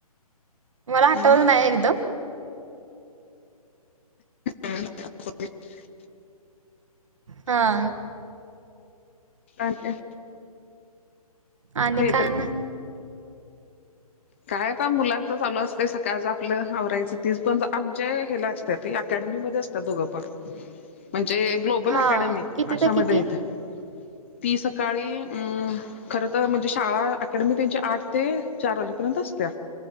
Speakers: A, on the right; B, on the left.
A: मला आटवलं
B: मग
A: नाही एकदम.
B: <inaudible>
A: हा.
B: अच्छा.
A: आणि
B: हे
A: काय
B: तर
A: ना
B: काय, आता मुलांचं चालू असतं. सकाळच आपलं आवरायचं, तीच पण आमच्या हेला अकॅडमीमध्ये असतात दोघं, पण म्हणजे ग्लोबल
A: हां
B: अकॅडमी
A: किती
B: अशामध्ये
A: ते किती
B: येत. ती सकाळी, अं, खर तर म्हणजे शाळा- अकॅडमी त्यांची आठ ते चार वाजे पर्यंत असत्या.